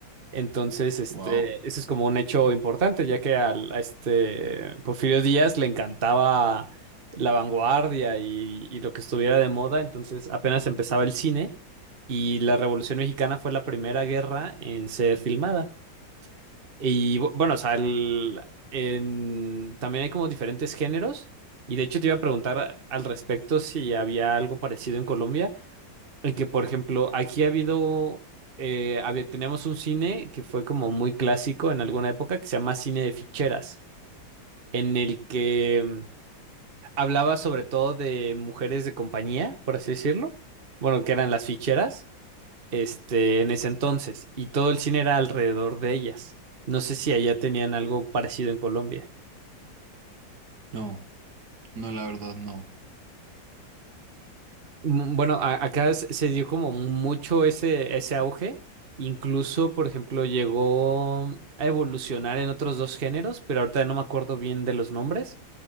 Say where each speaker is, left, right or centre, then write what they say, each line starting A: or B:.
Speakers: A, on the right; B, on the right.
A: Entonces, este,
B: Wow.
A: ese es como un hecho importante, ya que al, a este Porfirio Díaz le encantaba la vanguardia y, y lo que estuviera de moda, entonces apenas empezaba el cine y la Revolución Mexicana fue la primera guerra en ser filmada. Y bu- bueno, o sea, el- en- también hay como diferentes géneros. Y de hecho te iba a preguntar al respecto si había algo parecido en Colombia, en que, por ejemplo, aquí ha habido, eh, había- teníamos un cine que fue como muy clásico en alguna época, que se llama cine de ficheras, en el que mm, hablaba sobre todo de mujeres de compañía, por así decirlo, bueno, que eran las ficheras este, en ese entonces, y todo el cine era alrededor de ellas. No sé si allá tenían algo parecido en Colombia.
B: No, no, la verdad no.
A: Mm, Bueno, a- acá s- se dio como mucho ese, ese auge, incluso, por ejemplo, llegó a evolucionar en otros dos géneros, pero ahorita no me acuerdo bien de los nombres.